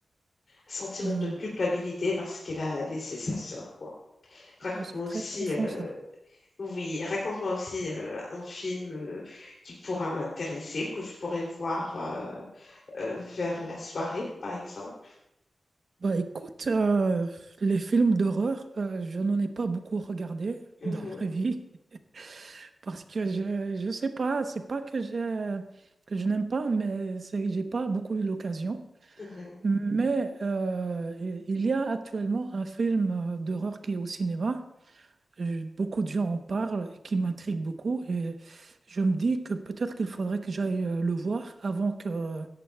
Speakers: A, on the left (about 60°); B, on the right (about 65°).
A: sentiment
B: mhm.
A: de culpabilité parce qu'elle a laissé sa sœur, quoi. Raconte-moi
B: Oh, c'est
A: aussi
B: très profond
A: euh,
B: ça.
A: oui, raconte-moi aussi euh, un film euh, qui pourra m'intéresser ou que je pourrais voir euh, euh, vers la soirée, par exemple.
B: Bah écoute, euh, les films d'horreur, euh, je n'en ai pas beaucoup regardé
A: Mhm,
B: dans ma vie <laughs> parce que je je sais pas, c'est pas que je que je n'aime pas, mais c'est que j'ai pas beaucoup eu l'occasion.
A: mhm,
B: Mais euh, i- il y a actuellement un film euh, d'horreur qui est au cinéma. Euh, Beaucoup de gens en parlent et qui m'intrigue beaucoup et je me dis que peut-être qu'il faudrait que j'aille euh, le voir avant que